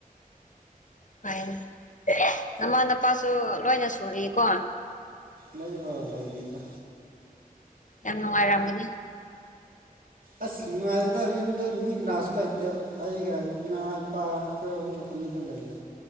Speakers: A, on the left; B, on the right.
A: ꯐꯅꯦ ꯃꯃꯥꯅꯄꯥꯁꯨ ꯂꯣꯏꯅ ꯁꯔꯤꯀꯣ
B: ꯂꯩ ꯑ ꯂꯩꯔꯤꯗ
A: ꯌꯥꯝ ꯃꯔꯃꯅꯤ
B: ꯑꯁ ꯅꯨꯡꯉꯥꯏꯔꯤꯗ ꯌꯨꯝꯗ ꯃꯤ ꯀꯅꯥꯁꯨ ꯂꯩꯇꯦ ꯑꯩꯒ ꯏꯃꯥ ꯏꯄꯥ ꯑꯩꯈꯣꯏ ꯑꯍꯨꯝꯒꯛꯇꯅꯤꯗ ꯂꯩꯕ